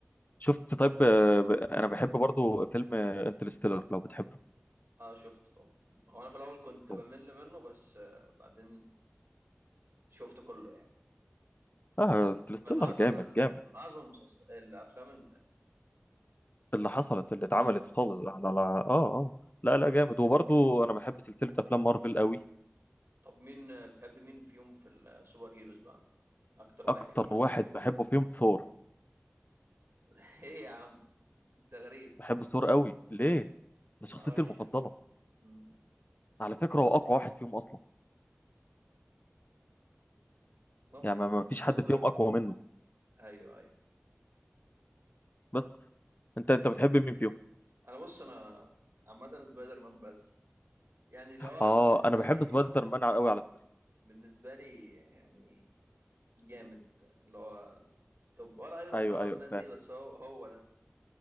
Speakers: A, on the left; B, on the right.
A: شفت
B: هشوفه
A: طيب آه،
B: كده
A: ب- انا بحب برضو فيلم انترستيلر لو بتحبه
B: اه شفته طبعا هو انا في الاول كنت
A: طبعا
B: بمل منه بس آه، بعدين شفته كله يعني
A: اه انترستيلر
B: من اعظم
A: جامد
B: ال...
A: جامد
B: من اعظم المسلسل الافلام ال...
A: اللي حصلت اللي اتعملت
B: اه
A: خالص على على اه اه لا لا جامد وبرضه انا بحب سلسله افلام مارفل قوي
B: طب مين آه، بتحب مين فيهم في السوبر هيروز بقى اكتر واحد
A: اكتر
B: يعني
A: واحد بحبه فيهم ثور
B: <laughs> ايه يا عم انت غريب
A: بحب ثور قوي ليه ده شخصيتي
B: معرفش
A: المفضله
B: مم.
A: على فكره هو اقوى واحد فيهم اصلا
B: ممكن
A: يعني ما ما فيش
B: طب
A: حد فيهم اقوى منه
B: ايوه ايوه
A: بس انت انت بتحب مين فيهم
B: انا بص انا عامه سبايدر مان بس يعني اللي هو
A: اه
B: بالنسبه
A: انا بحب
B: لي
A: سبايدر مان قوي على فكره
B: بالنسبه لي يعني جامد اللي هو طب ولا ايرون
A: ايوه
B: مان ولا
A: ايوه
B: الناس
A: ف...
B: دي بس هو هو ده